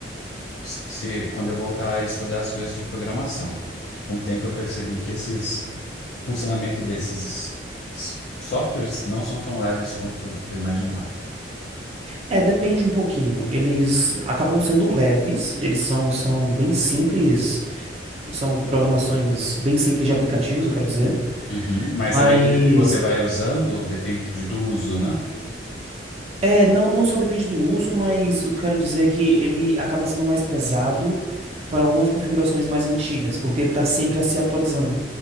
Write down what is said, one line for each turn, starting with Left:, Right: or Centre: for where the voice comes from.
Left: se, se- quando eu voltar a estudar as coisas de programação. Que com o tempo eu percebi que esses funcionamento desses desses softwares não são tão leves quanto eu imaginava.
Right: É, depende um pouquinho. Eles acabam sendo leves, eles são, são bem simples, são programações bem simples de aplicativos, eu quero dizer.
Left: Uhum, Mas
Right: Mas
Left: à medida que você vai usando, depende de- do uso, né?
Right: é, não, não só depende do uso, mas o que eu quero dizer é que ele acaba sendo mais pesado para algumas configurações mais antigas, porque ele está sempre a se atualizando,